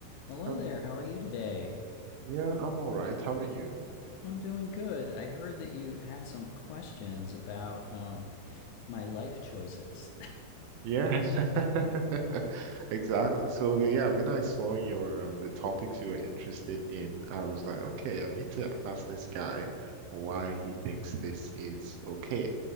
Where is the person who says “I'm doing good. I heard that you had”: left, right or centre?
Left